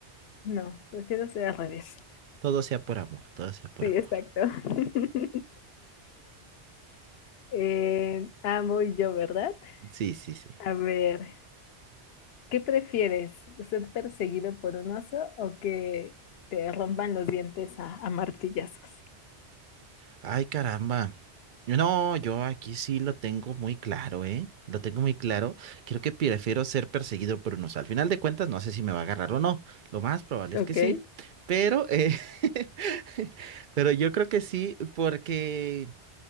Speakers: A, on the left; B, on the right.
A: no, prefiero ser al revés.
B: Todo sea por amor, todo sea por
A: Sí,
B: amor.
A: exacto. <laughs> Eh, ah, voy yo, ¿verdad?
B: Sí, sí, sí.
A: A ver, ¿qué prefieres? ¿Ser perseguido por un oso o que te rompan los dientes a, a martillazos?
B: Ay, caramba. No, yo aquí sí lo tengo muy claro, ¿eh? Lo tengo muy claro. Creo que prefiero ser perseguido por unos. Al final de cuentas, no sé si me va a agarrar o no. Lo más probable
A: Ok.
B: es que sí. Pero, eh, <laughs> pero yo creo que sí, porque